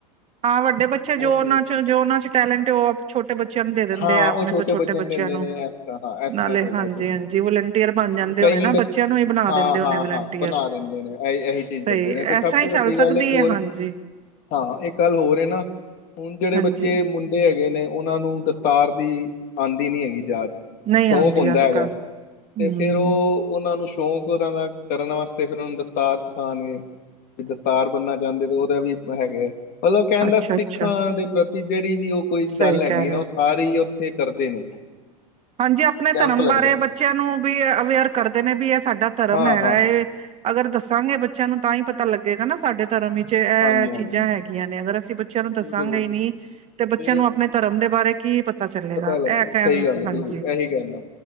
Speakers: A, on the right; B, on the left.
A: ਹਾਂ ਵੱਡੇ ਬੱਚੇ ਜੋ
B: ਉਹ ਚੀਜ਼
A: ਉਹਨਾਂ
B: ਹੈ।
A: ਚ ਜੋ ਉਹਨਾਂ ਚ ਟੈਲੈਂਟ ਉਹ ਆਪ ਛੋਟੇ ਬੱਚਿਆਂ ਨੂੰ ਦੇ ਦਿੰਦੇ
B: ਹਾਂ
A: ਆ ਆਪਣੇ
B: ਉਹ ਛੋਟੇ
A: ਤੋਂ ਛੋਟ ਬੱਚਿਆਂ
B: ਦਿੰਦੇ
A: ਨੂੰ
B: ਨੇ ਇਸ ਤਰ੍ਹਾਂ ਹਾਂ ਇਸ ਤਰ੍ਹਾਂ
A: ਨਾਲੇ
B: ਚੱਲਦਾ
A: ਹਾਂਜੀ-
B: ਸਿਸਟਮ
A: ਹਾਂਜੀ ਵਲੰਟੀਅਰ ਬਣ ਜਾਂਦੇ
B: ਹੁਣ ਕਈ
A: ਹੋਣੇ ਨਾ
B: ਬੱਚੇ
A: ਬੱਚਿਆਂ ਨੂੰ ਹੀ ਬਣਾ
B: ਹਾਂ
A: ਦਿੰਦੇ ਹੋਣੇ
B: ਹਾਂ ਹਾਂ ਬਣਾ ਦਿੰਦੇ ਨੇ ਇਹ ਇਹੀ ਚੀਜ਼
A: ਸਈ
B: ਕਰਦੇ ਨੇ ਤੇ ਸਭ
A: ਐਸਾ
B: ਤੋਂ
A: ਹੀ ਚੱਲ
B: ਵੱਡੀ
A: ਸਕਦੀ
B: ਗੱਲ ਇੱਕ ਹੋਰ
A: ਹੈ ਹਾਂਜੀ।
B: ਹਾਂ ਇਹ ਗੱਲ ਹੋਰ ਹੈ ਨਾ ਹੁਣ ਜਿਹੜੇ
A: ਹਾਂਜੀ
B: ਬੱਚੇ ਮੁੰ ਜੇ ਹੈਗੇ ਨੇ ਉਹਨਾਂ ਨੂੰ ਦਸਤਾਰ ਦੀ ਆਉਂਦੀ ਨੀ ਹੈਗੀ ਜਾਂਚ।
A: ਨਹੀਂ
B: ਉਹ ਸ਼ੌਕ
A: ਆਂਦੀ
B: ਹੁੰਦਾ
A: ਅੱਜ-ਕੱਲ
B: ਹੈਗਾ
A: ਹੂੰ,
B: ਤੇ ਫੇਰ ਉਹ ਉਹਨਾਂ ਨੂੰ ਸ਼ੌਂਕ ਉਨ੍ਹਾਂ ਦਾ ਕਰਨ ਵਾਸਤੇ ਫਿਰ ਉਹਨਾਂ ਨੂੰ ਦਸਤਾਰ ਸਿਖਾਉਣਗੇ ਕਿ ਦਸਤਾਰ ਬੰਨਾ ਜਾਂਦੇ ਤੇ ਉਹਦਾ ਵੀ ਹੈਗੇ ਹੈ ਮਤਲਬ ਕਹਿੰਦਾ
A: ਅੱਛਾ-ਅੱਛਾ-ਅੱਛਾ
B: ਸਿੱਖਾਂ ਦੇ ਪ੍ਰਤੀ ਜਿਹੜੀ ਵੀ ਉਹ ਕੋਈ
A: ਸਹੀ
B: ਗੱਲ ਹੈਗੀ
A: ਕਹਿ ਰਹੇ
B: ਨਾ ਉਹ
A: ਹੋ।
B: ਸਾਰੇ ਹੀ ਉੱਥੇ ਕਰਦੇ ਨੇ।
A: ਹਾਂਜੀ ਆਪਣੇ
B: ਕੈਂਪ
A: ਧਰਮ
B: ਲੱਗਦਾ
A: ਬਾਰੇ ਬੱਚਿਆਂ ਨੂੰ ਵੀ ਅਵੇਅਰ ਕਰਦੇ ਨੇ ਵੀ ਇਹ ਸਾਡਾ ਧਰਮ
B: ਹਾਂ
A: ਹੈਗਾ
B: ਹਾਂ
A: ਵੇਂ। ਅਗਰ ਦੱਸਾਂਗੇ ਬੱਚਿਆਂ ਨੂੰ ਤਾਂ ਹੀ ਪਤਾ ਲੱਗੇਗਾ ਨਾ ਸਾਡੇ ਧਰਮ ਵਿੱਚ ਇਹ
B: ਹਾਂਜੀ ਹਾਂਜੀ
A: ਚੀਜ਼ਾਂ ਹੈਗੀਆਂ ਨੇ ਅਗਰ ਅਸੀਂ ਬੱਚਿਆਂ ਨੂੰ ਦੱਸਾਂਗੇ
B: ਬਿਲਕੁਲ ਬਿਲਕੁਲ
A: ਨੀ ਤੇ ਬੱਚਿਆਂ
B: ਫਿਰ
A: ਨੂੰ ਆਪਣੇ ਧਰਮ ਦੇ ਬਾਰੇ ਕੀ ਪਤਾ ਚੱਲੇਗਾ
B: ਲੱਗੇ
A: ਇਹ ਕਹਿਣ
B: ਸਹੀ ਗੱਲ
A: ਹਾਂਜੀ।
B: ਬਿਲਕੁਲ ਇਹੀ ਕਹਨਾ